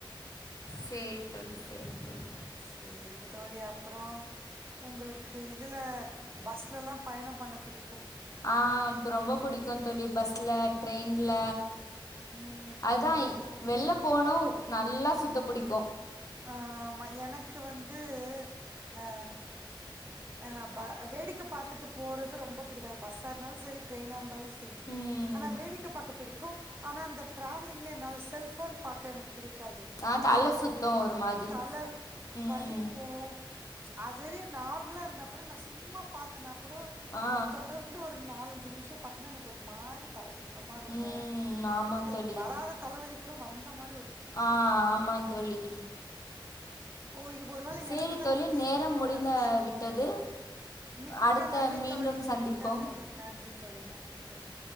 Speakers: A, on the left; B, on the right.
A: சேரி தோழி சேரி தோழி
B: சேரி தோழி அப்புறோ உங்களுக்கு இதுல பஸ்லல்லா பயணம் பண்ண பிடி
A: ஆ இப்ப ரொம்ப புடிக்கு தோழி பஸ் ஸ்ல ட்ரெய்ன்ல
B: ம்
A: அதாய் வெள்ள போனு நல்லா சுத்தப் புடிக்கு
B: ஆமா எனக்கு வந்து அ அ ப வேடிக்கை பாத்துட்டு போறது ரொம்ப புடிக்கு அது பஸ்ஸா இருந்தாலு செரி ட்ரெய்னா இருந்தாலு செரி
A: ம்
B: ஆனா வேடிக்க பாக்க பிடிக் கு ஆனா அந்த டிராவலிங்ல என்னால செல்ஃபோன் பாக்க எனக் பிடிக்காது
A: ஆ தல
B: ஏன்னா எனக்கு
A: சுத்து ஒரு மாதி
B: தல
A: ம்
B: வலிக்கு அதுவரையு நார்மலா இருந்தா கூட நா சும்மா பாத்தனா கூட
A: ஆ
B: ஒரு தொடர்ந்து ஒரு நாலஞ்சு நிமிஷ பித்தன எனக்கு ஒரு மாரி தல சுத் தற மாரி இருக்கு
A: ம் ஆமா
B: அ
A: தோழி
B: வராத தலவலி கூட வந்த மா
A: ஆ ஆமா தோழி
B: ஓ இது ஒருவேள
A: சேரி
B: எனக்கு தா
A: தோழி
B: அப்டி
A: நேரம்
B: இருக்கோனு
A: முடிந்த
B: நெனச்ச
A: விட்டது
B: மிக்க
A: அடுத்த
B: நன்றி
A: மீண்டும்
B: தோழி
A: சந்திப்போம்
B: மிக்க நன்றி நன்றி தோழி நன்றி தோழி